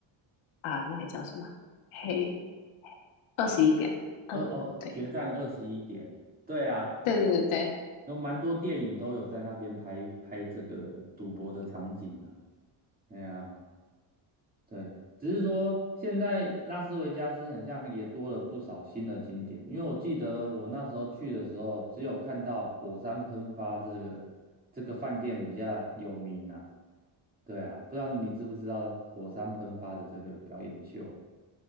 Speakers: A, on the left (about 75°); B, on the right (about 20°).
A: 啊、那个叫什么黑二十一点，嗯，
B: 二哦，
A: 对
B: 决战二十一点，对啊，
A: 对对对对，
B: 有蛮多电影都有在那边拍拍这个赌博的场景啊。哎啊。对，只是说现在拉斯维加斯很像也多了不少新的景点，因为我记得我那时候去的时候，只有看到火山喷发这个这个饭店比较有名呐、对啊，不知道你知不知道火山喷发的这个表演秀